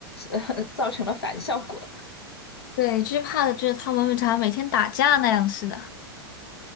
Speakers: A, on the left; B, on the left.
A: <laughs> 造成了反效果。
B: 对，最怕的就是他们常每天打架那样似的。